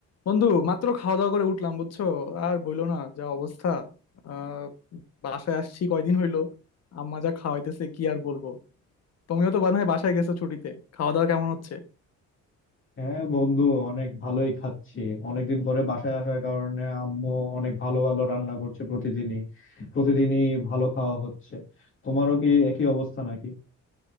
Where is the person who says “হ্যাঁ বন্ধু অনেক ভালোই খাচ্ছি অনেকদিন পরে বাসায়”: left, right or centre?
Left